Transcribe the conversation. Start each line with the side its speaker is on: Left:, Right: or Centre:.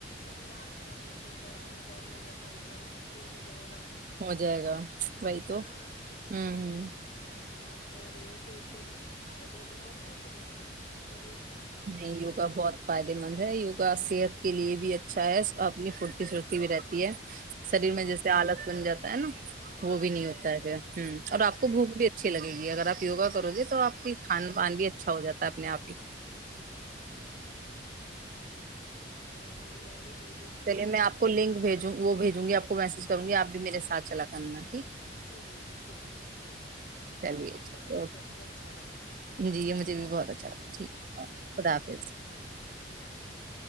Left: نہیں آج کرنے سے پیروں میں درد ہو گیا کل کروں گی پھر ہو جائے گا
Right: ہو جائے گا وہی
Left: ہاں
Right: تو
Left: تو
Right: ہ ہ
Left: ا نہیں آپ کہہ رہے ہو کہ اس سے فائدے بہت ایں تو میں بھی اسے نا ضرور کرا کروں
Right: نہیں
Left: گی ڈیلی
Right: یوگا بہت فائدے مند ہے یوگا صحت کے لیے بھی اچا اچھا ہے اور اپنی پھرتی سھرتی بھی رہتی ہے شریر
Left: جی
Right: میں جیسے
Left: جی
Right: آالت بن جاتا س ن وہ بھی نہیں
Left: ہاں
Right: ہوتا
Left: ہاں
Right: ہے پھر ہ اور آپ
Left: جی
Right: کو بھوک
Left: جی جی
Right: بھی اچھی لگے گی اگر آپ وگا کرو گے تو آپ کی کھان پان بھی اچھا ہو جاتا آپ نے آی
Left: اچھا اچھا اچھا ہاں۔۔ نہیں کروں گی میں بھی۔۔ ڈیلی کا
Right: چلیے میں آپ کو لنک بھیجوں وہ بھیج۔۔ ج گی آپ کو میسج کروں گی آ بھی میرے سات چلا کر میں۔۔
Left: جی جی جی بالکل ٹھیک ہے جی
Right: چلیے
Left: آپ
Right: چلیے
Left: سے بات
Right: اوکے
Left: کر کے اچھا لگا
Right: جی یہ مجھے بھی بہت اچھا لگا ٹھیک
Left: جی
Right: خدا حافظ
Left: خ اللہ حافظ۔